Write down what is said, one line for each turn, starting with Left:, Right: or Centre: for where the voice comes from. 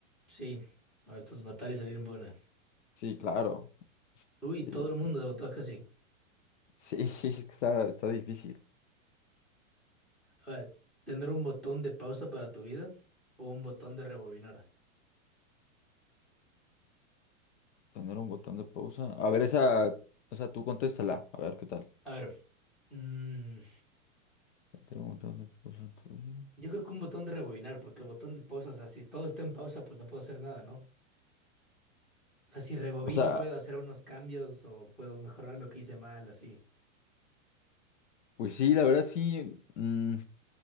Centre: Sí, a ver, tus batallas en buena.
Left: sí, claro.
Centre: Uy,
Left: Sí,
Centre: todo el mundo votó casi.
Left: <laughs> sí, sí, es que está, está difícil.
Centre: A ver, ¿tener un botón de pausa para tu vida o un botón de rebobinar?
Left: Tener un botón de pausa. A ver, esa, o sea, tú contéstala, a ver qué tal.
Centre: A ver, mm,
Left: Tener un botón de pausa en tu vida.
Centre: yo creo que un botón de rebobinar, porque el botón de pausa, o sea, si todo está en pausa, pues no puedo hacer nada, ¿no? O sea, si rebobino
Left: O sea,
Centre: puedo hacer unos cambios o puedo mejorar lo que hice mal, así.
Left: pues sí, la verdad sí, mm,